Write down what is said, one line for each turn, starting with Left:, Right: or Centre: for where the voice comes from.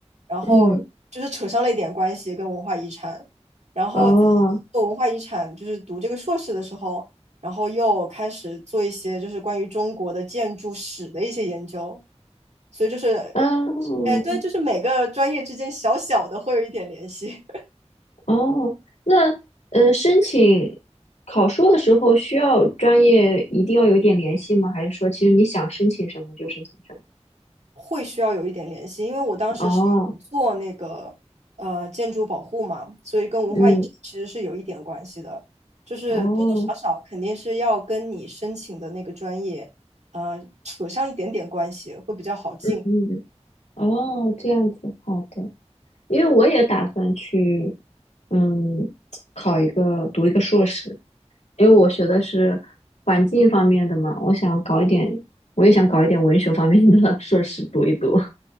Right: 然后就是扯上了一点关系跟文化遗产，
Left: 嗯。
Right: 然后在做文化遗产就是读这个硕士的时候，
Left: 哦，
Right: 然后又开始做一些就是关于中国的建筑史的一些研究，所以就是，
Left: 嗯，
Right: 哎，对，就是每个专业之间小小的会有一点联系。
Left: 哦，那呃，申请考硕的时候需要专业一定要有一点联系吗？还是说其实你想申请什么就申请什么？
Right: 会需要有一点联系，因为我当时是有做那个呃建筑保护嘛，
Left: 哦，
Right: 所以跟文化遗产其实是有一点关系的，
Left: 嗯，
Right: 就是多多少少肯定是要跟你申请的那个专业，
Left: 哦，
Right: 呃，扯上一点点关系会比较好进。
Left: 嗯，哦，这样子，好的，因为我也打算去，嗯，考一个读一个硕士，因为我学的是环境方面的嘛，我想搞一点，我也想搞一点文学方面的 <laughs> 硕士读一读。